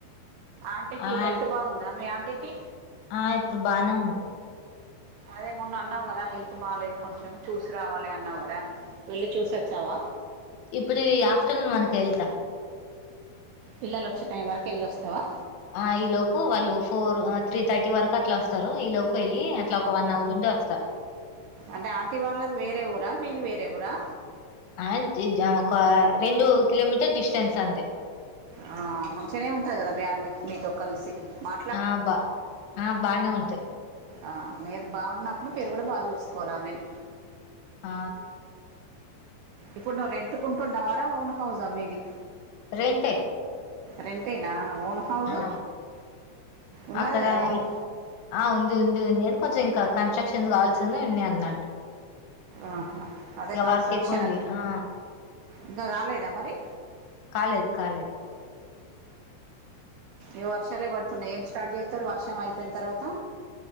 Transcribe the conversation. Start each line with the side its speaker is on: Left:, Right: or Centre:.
Right: ఆంటీకి
Left: ఆ
Right: హెల్త్ బాగుందా మీ ఆంటీకి
Left: ఆ ఇప్పుడు బానే ఉంది
Right: అదే మొన్న అన్నావు కదా హెల్త్ బాలేదు కొంచెం చూసి రావాలి అన్నావు కదా వెళ్ళి చూసోచ్చావా
Left: ఇప్పుడు ఈ ఆఫ్టర్నూన్ వరకు వెళతా
Right: పిల్లలు వచ్చే టైం వరకు వెళ్లి వస్తావా
Left: ఆ ఈ లోపు వాళ్ళు ఫోర్ త్రీ థర్టీ వరకు అట్లా వస్తారు ఈ లోపు వెల్లి అట్లా ఒక వన్ అవర్ ఉండి వస్తా
Right: అంటే ఆంటీ వాళ్ళది వేరే ఉరా మీది వేరా వురా
Left: ఆ జీ జా ఒక రెండు కిలోమీటర్ డిస్టెన్స్ అంతే
Right: ఆ మంచిగానే ఉంటాది కదా మీ ఆంటి మీతో కలిసి మా
Left: ఆ బా ఆ బానే ఉంటది
Right: ఆ మీరు బాగున్నప్పుడు మీరు కూడా బాగా చూసుకోవాల ఆమెని
Left: ఆ
Right: ఇప్పుడు నువ్వు రెంట్ కు ఉంటున్నావారా ఓన్ హౌస్ హా మీది
Left: రెంటే
Right: రెంటే నా ఓన్ హౌస్
Left: ఆ
Right: ఉన్నది
Left: అక్కడ
Right: కదా ఓన్
Left: ఇ ఆ ఉంది ఉంది ఉంది అని కొంచెం ఇంకా కన్స్ట్రక్షన్స్ కావాల్సింది ఉన్నాయి అన్నట్టు
Right: ఆహా అదే
Left: ఇక
Right: కన్స్ట్రక్షన్
Left: వర్క్ ఎక్కువ ఉంది ఆ
Right: ఇంకా కాలేదా మరి
Left: కాలేదు కాలేదు
Right: ఏ వర్షాలే పడుతున్నాయి ఏం స్టార్ట్ చేస్తారు వర్షం అయిపోయిన తర్వాత